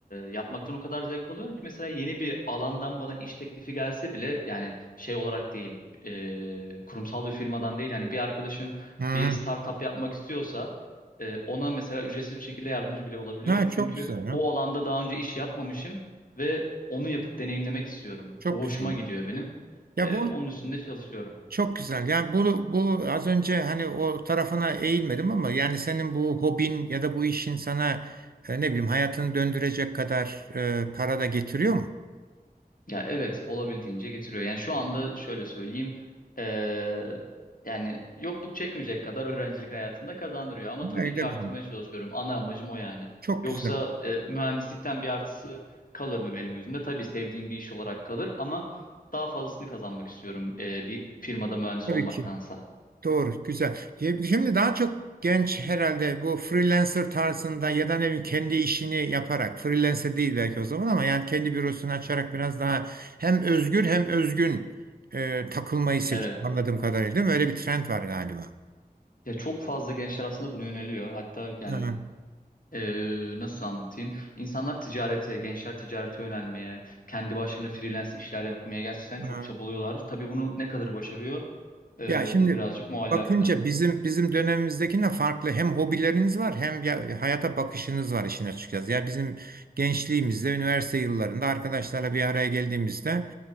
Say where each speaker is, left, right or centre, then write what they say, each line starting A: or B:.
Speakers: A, on the left; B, on the right.
A: yapmaktan o kadar zevk alıyorum ki mesela yeni bir alandan bana iş teklifi gelse bile yani şey olarak değil ee, kurumsal bir firmadan değil. Hani bir arkadaşım
B: Hmm.
A: bir startup yapmak istiyorsa ee, ona mesela ücretsiz bir şekilde yardımcı bile olabiliyorum.
B: Ha,
A: Çünkü
B: çok güzel ya.
A: o alanda daha önce iş yapmamışım ve onu yapıp deneyimlemek istiyorum.
B: Çok
A: Bu hoşuma
B: güzel.
A: gidiyor benim.
B: Ya
A: Ee,
B: bu
A: onun üstünde çalışıyorum.
B: çok güzel. Yani bu bu az önce hani o tarafına eğilmedim ama yani senin bu hobin ya da bu işin sana e, ne bileyim hayatını döndürecek kadar e, para da getiriyor mu?
A: Ya evet olabildiğince getiriyor. Yani şu anda şöyle söyleyeyim. eee, yani yokluk çekmeyecek kadar öğrencilik hayatında kazandırıyor. Ama
B: Ne
A: tabii ki
B: de güzel.
A: arttırmaya çalışıyorum. Ana amacım o yani.
B: Çok
A: Yoksa
B: güzel.
A: e, mühendislikten bir artısı kalır mı benim gözümde? Tabii sevdiğim bir iş olarak kalır ama daha fazlasını kazanmak istiyorum e, bir firmada mühendis
B: Tabii
A: olmaktansa.
B: ki. Doğru, güzel. Ye- Şimdi daha çok genç herhalde bu freelancer tarzında ya da ne bileyim kendi işini yaparak, freelancer değil belki o zaman ama yani kendi bürosunu açarak biraz daha hem özgür hem özgün e, takılmayı seçiyor
A: Evet.
B: anladığım kadarıyla değil mi? Öyle bir trend var galiba.
A: Ya çok fazla gençler aslında buna yöneliyor. Hatta yani
B: Hı,
A: Ee, nasıl anlatayım? İnsanlar ticarete, gençler ticarete yönelmeye, kendi başlarına freelance işler yapmaya gerçekten
B: hı.
A: çok çabalıyorlar. Tabii bunu ne kadar başarıyor? Ee,
B: Ya şimdi
A: bu birazcık muallakta.
B: bakınca bizim bizim dönemimizdekine farklı hem hobileriniz var hem ya hayata bakışınız var işin açıkçası. Ya bizim gençliğimizde üniversite yıllarında arkadaşlarla bir araya geldiğimizde